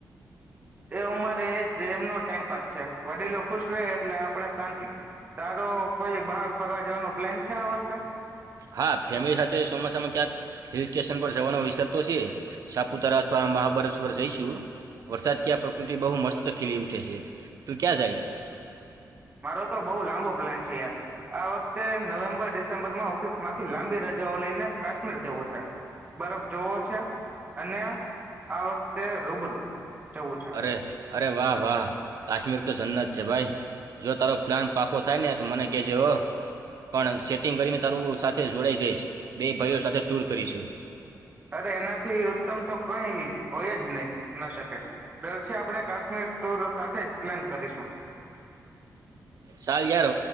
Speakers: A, on the right; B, on the right.
A: એ ઉમરે એ જેમનો ટાઈમ પાસ છે વડીલો ખુશ રહે એટલે આપ આપણે શાંતિ, તારો કોઈ બહાર ફરવા જવાનો પ્લેન છે, આ વર્ષે
B: હા, ફેમિલી સાથે ચોમાસામાં ક્યાંક હિલ સ્ટેશન પર જવાનો વિચાર તો સે સાપુતારા અથવા મહાબલેશ્વર જઈશું વરસાદથી આ પ્રકૃતિ બહુ મસ્ત ખીલી ઉઠે સે તું ક્યાં જાય
A: મારો તો બહુ લાંબો પ્લાન છે યાર આ વખતે નવેમ્બર ડિસેમ્બર માં ઓફિસ માંથી લાંબી રજાઓ લઈને કાશ્મીર જવું છે બરફ જોવો છે અને આ વખતે રૂબરૂ જવું છે
B: અરે અરે વાહ વાહ કાશ્મીર તો જન્નત છે ભાઈ જો તારો પ્લાન પાકો થાય ને તો મને કેજે હ પણ સેટિંગ કરીને તારું સાથે જોડાઈ જઈશ બે ભાઈઓ સાથે ટુલ કરીશું.
A: અરે એનાથી ઉત્તમ તો કઈ હોય જ નહી ન શકે ડર છે આપણે કાશ્મીર ટુર સાથે જ પ્લાન કરીશું.
B: ચાલ યાર